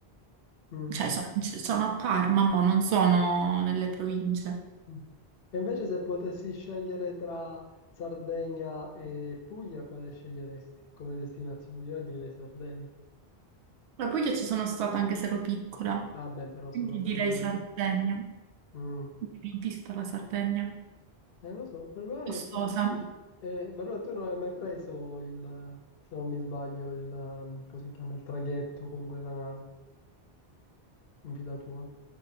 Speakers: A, on the left; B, on the right.
A: mm,
B: cioè sono, sono a Parma, ma non sono nelle province.
A: mm. E invece se potessi scegliere tra Sardegna e Puglia, quale sceglieresti come destinazione? Io direi Sardegna.
B: La Puglia ci sono stata anche se ero piccola,
A: Vabbè, però
B: quindi
A: solo a vedere...
B: direi Sardegna,
A: mm.
B: Quindi vista la Sardegna,
A: Eh, lo so, però è
B: costosa.
A: più difficile. Eh, però tu non hai mai preso il, se non mi sbaglio, il, um, così si chiama, il traghetto, comunque la nave, in vita tua.